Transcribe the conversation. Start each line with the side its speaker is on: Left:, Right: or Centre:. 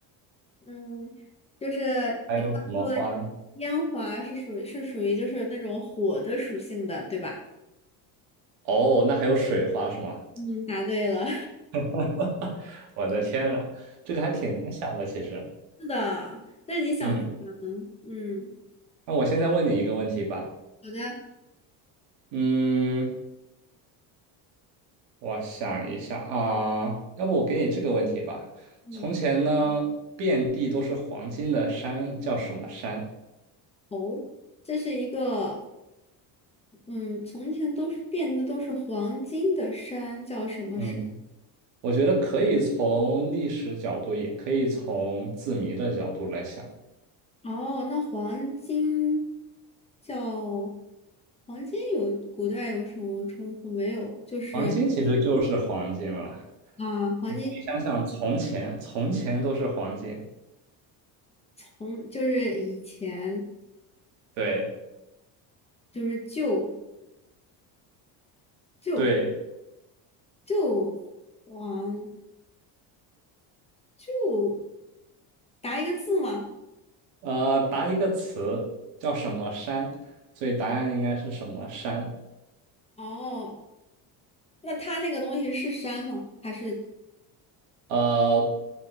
Left: 嗯，就是你刚才说的
Right: 还有什么花呢？
Left: 烟花是属于是属于就是那种火的属性的，对吧？
Right: 哦，那还有水花是吗？
Left: 嗯，答对了，
Right: <laughs> 我的天呐，这个还挺难想的，其实。
Left: <laughs> 是的。那你想出来了，
Right: 嗯，
Left: 嗯，
Right: 那我现在问你一个问题吧。
Left: 好的，
Right: 嗯，我想一下啊，要不我给你这个问题吧。
Left: 嗯，
Right: 从前呢，遍地都是黄金的山叫什么山？
Left: 哦，这是一个，嗯，从前都是变的都是黄金的山，叫什么山？
Right: 嗯，我觉得可以从历史角度，也可以从字谜的角度来想。
Left: 哦，那黄金叫黄金有古代有什么称呼没有？就是
Right: 黄金其实就是黄金了。
Left: 啊，黄金
Right: 你可以想想，从前，从前都是黄金。
Left: 从就是以前。
Right: 对
Left: 就是就就
Right: 对，
Left: 就，嗯，就答一个字吗？
Right: 呃，答一个词叫什么山，所以答案应该是什么山？
Left: 哦，那它那个东西是山吗？还是
Right: 呃，